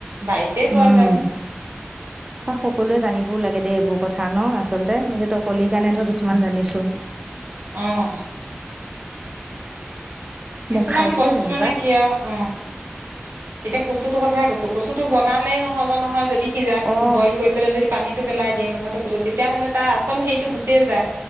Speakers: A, on the right; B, on the right.
A: বাৰীতে পোৱা
B: উম,
A: যায়
B: স -সকলোৱে জানিব বৰ লাগে দেই এইবোৰ কথা নহ আচ। আচলতে, এতিয়া তই কলি কাৰণে ধৰ কিছুমান জানিছো।
A: অহ।
B: মই
A: কিছুমান
B: খাইছোৱে
A: বস্তু
B: যেনিবা
A: মানে কি আৰু উম। এতিয়া কচুটোৰ কথাই কৈছো, কচুটো বনালেই নহ'ব নহয় যদি সিজা-
B: অ
A: বইল কৰি পেলাই, যদি পানীটো পেলাই দিয়ে কথাটো ক'লো, তেতিয়াহ'লে তাৰ আচল হেৰিটো গুচিয়ে যায়।